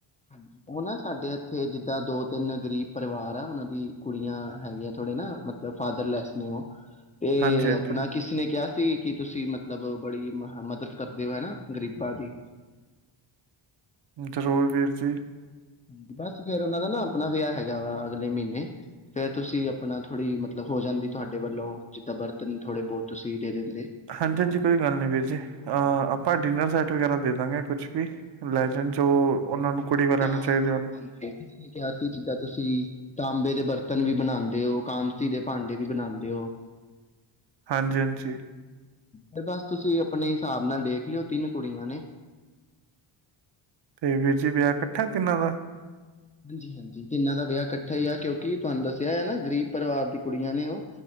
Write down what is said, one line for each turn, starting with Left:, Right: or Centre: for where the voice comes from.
Left: ਹਾਂ ਉਹ ਨਾ ਸਾਡੇ ਇੱਥੇ ਜਿੱਦਾਂ ਦੋ ਤਿੰਨ ਗ਼ਰੀਬ ਪਰਿਵਾਰ ਆ ਉਹਨਾਂ ਦੀ ਕੁੜੀਆਂ ਹੈਗੀਆਂ ਥੋੜੇ ਨਾ ਮਤਲਬ ਫਾਦਰਲੈਸ ਨੇ ਉਹ ਤੇ
Right: ਹਾਂਜੀ ਹਾਂਜੀ
Left: ਆਪਣਾ ਕਿਸਨੇ ਕਿਹਾ ਕਿ ਤੁਸੀਂ ਮਤਲਬ ਬੜੀ ਮਦਦ ਕਰਦੇ ਹੋ ਹਨਾ ਗ਼ਰੀਬਾਂ ਦੀ
Right: ਜ਼ਰੂਰ ਵੀਰ ਜੀ
Left: ਹਾਂ ਬਸ ਫੇਿਰ ਉਹਨਾਂ ਦਾ ਨਾ ਆਪਣਾ ਵਿਆਹ ਹੈਗਾ ਵਾ ਅਗਲੇ ਮਹੀਨੇ ਫੇਰ ਤੁਸੀਂ ਆਪਣਾ ਥੋੜ੍ਹੀ ਮਤਲਬ ਹੋ ਜਾਂਦੀ ਤੁਹਾਡੇ ਵੱਲੋਂ ਜਿੱਦਾਂ ਬਰਤਨ ਥੋੜੇ ਬਹੁਤ ਤੁਸੀਂ ਦੇ ਦਿੰਦੇ
Right: ਹਾਂਜੀ ਹਾਂਜੀ ਕੋਈ ਗੱਲ ਨੀ ਵੀਰ ਜੀ ਅਹ ਆਪਾਂ ਡਿਨਰ ਸੈੱਟ ਵਗੈਰਾ ਦੇ ਦਾਂਗੇ ਕੁਛ ਵੀ ਲੈਜ ਜੋ ਉਹਨਾਂ ਨੂੰ ਕੁੜੀ ਵਾਲਿਆਂ ਨੂੰ ਚਾਹੀਦੇ
Left: ਹਾਂਜੀ
Right: ਹਨ
Left: ਕਿਹਾ ਸੀ ਜਿੱਦਾਂ ਤੁਸੀਂ ਤਾਂਬੇ ਦੇ ਬਰਤਨ ਵੀ ਬਣਾਦੇ ਹੋ ਕਾਂਸੀ ਦੇ ਭਾਂਡੇ ਵੀ ਬਣਾਦੇ ਹੋ
Right: ਹਾਂਜੀ ਹਾਂਜੀ
Left: ਤੇ ਬਸ ਤੁਸੀਂ ਆਪਣੇ ਹਿਸਾਬ ਨਾਲ ਦੇਖ ਲਿਓ ਤਿੰਨ ਕੁੜੀਆਂ ਨੇ
Right: ਤੇ ਵੀਰ ਜੀ ਵਿਆਹ ਇਕੱਠਾ ਤਿੰਨਾਂ ਦਾ
Left: ਹਾਂਜੀ ਹਾਂਜੀ ਤੇ ਇਹਨਾਂ ਦਾ ਵਿਆਹ ਇਕੱਠਾ ਹੀ ਆ ਕਿਉਂਕਿ ਤੁਹਾਨੂੰ ਦੱਸਿਆ ਆ ਨਾ ਗ਼ਰੀਬ ਪਰਿਵਾਰ ਦੀ ਕੁੜੀਆਂ ਨੇ ਉਹ